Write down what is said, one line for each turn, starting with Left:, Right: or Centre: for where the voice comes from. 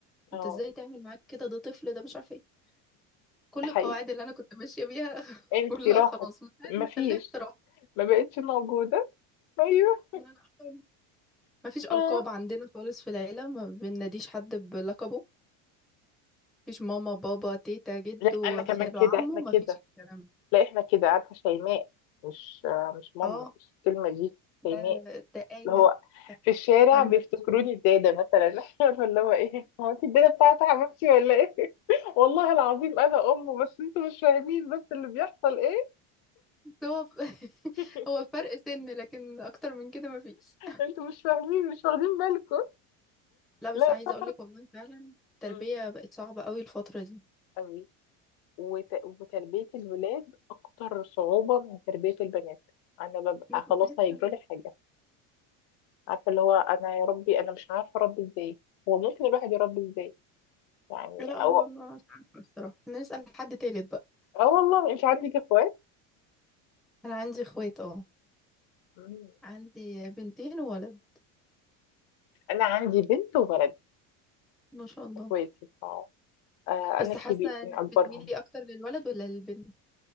Left: اه
Centre: انت ازاي تعمل معاك كده ده طفل ده مش عارفه ايه كل
Left: ده حقيقي
Centre: القواعد اللي انا كنت ماشيه بيها <laughs>
Left: انت
Centre: كلها
Left: راحت
Centre: خلاص من ساعه
Left: مفيش
Centre: ما خلفت راحت
Left: ما بقتش موجوده ايوه
Centre: لا لا، ما فيش القاب
Left: آه.
Centre: عندنا خالص في العيله ما بناديش حد بلقبه ما فيش ماما بابا تيتا جدو
Left: لا انا كمان
Centre: خاله
Left: كده
Centre: عمه
Left: احنا
Centre: ما
Left: كده
Centre: فيش الكلام ده.
Left: لا احنا كده عارفه شيماء مش آه، مش ماما
Centre: اه
Left: مش الكلمه دي
Centre: ده
Left: شيماء
Centre: ده آية
Left: اللي هو
Centre: ده
Left: في الشارع
Centre: محمد
Left: بيفتكروني الدادة مثلا <laughs> عارفة اللي هو ايه هو انت الدادة بتاعت حبيبتي ولا ايه <laughs> والله العظيم انا امه بس انتوا مش فاهمين بس اللي بيحصل ايه
Centre: بس هو ف- <laughs>
Left: <laughs>
Centre: هو فرق سن لكن اكتر من كده ما فيش
Left: انتوا مش فاهمين مش واخدين بالكم
Centre: لا بس
Left: لا
Centre: عايزه اقول لك والله فعلا التربيه
Left: مم.
Centre: بقت صعبه قوي الفتره دي
Left: قوي وت... وتربية الولاد أكتر صعوبة من تربية البنات أنا ببقى
Centre: انا كنت
Left: خلاص
Centre: لسه
Left: هيجرالي حاجة عارفة اللي هو أنا يا ربي أنا مش عارفة أربي إزاي هو ممكن الواحد يربي إزاي يعني
Centre: لا
Left: أو
Centre: هو ما مش عارفة الصراحه نسال حد تالت
Left: أه والله أنت عندك إخوات
Centre: انا عندي اخوات اه
Left: مم.
Centre: عندي بنتين وولد
Left: أنا عندي بنت وولد
Centre: ما شاء الله
Left: اخواتي اه آه،
Centre: بس
Left: انا كبير
Centre: حاسه انك
Left: من اكبرهم
Centre: بتميلي اكتر للولد ولا للبنت